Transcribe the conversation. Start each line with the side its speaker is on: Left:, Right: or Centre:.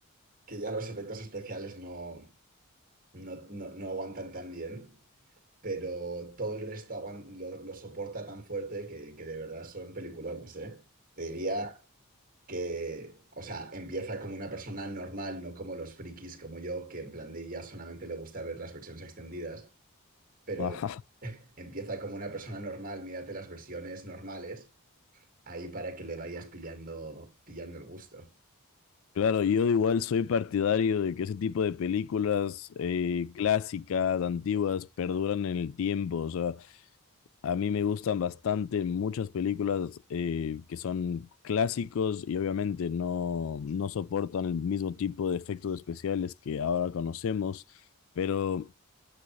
Right: que ya los efectos especiales no, no, no, no aguantan tan bien pero todo el resto aguan- lo, lo soporta tan fuerte que, que de verdad son peliculones, ¿eh? Te diría que, o sea, empieza como una persona normal, no como los frikis como yo, que en plan de ya solamente le gusta ver las versiones extendidas, pero
Left: Ajá,
Right: <laughs> empieza como una persona normal, mírate las versiones normales, ahí para que le vayas pillando, pillando el gusto.
Left: Claro, yo igual soy partidario de que ese tipo de películas eh, clásicas, antiguas, perduran en el tiempo. O sea, a mí me gustan bastante muchas películas eh, que son clásicos y obviamente no, no soportan el mismo tipo de efectos especiales que ahora conocemos, pero